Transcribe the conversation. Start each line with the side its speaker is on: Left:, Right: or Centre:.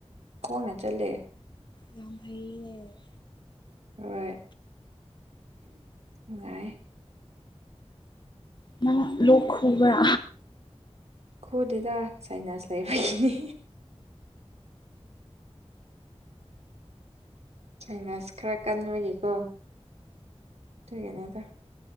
Right: ꯈꯣꯡꯅ ꯆꯠꯂꯦ
Left: ꯌꯥꯝ ꯍꯩꯌꯦ
Right: ꯍꯣꯏ ꯅꯨꯡꯉꯥꯏ
Left: ꯅꯪ ꯂꯣꯛ ꯈꯨꯕꯔ
Right: ꯈꯨꯗꯦꯗ ꯁꯥꯏꯅꯥꯁ ꯂꯥꯏꯕꯒꯤꯅꯤ ꯁꯥꯏꯅꯥꯁ ꯈꯔ ꯀꯟꯕꯒꯤꯀꯣ ꯑꯗꯨꯒꯤꯅꯤꯗ